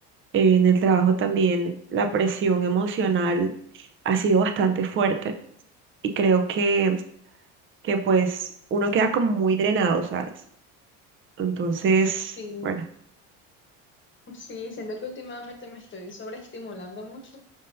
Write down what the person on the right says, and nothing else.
En el trabajo también la presión emocional ha sido bastante fuerte y creo que, que pues uno queda como muy drenado, ¿sabes? Entonces,
bueno.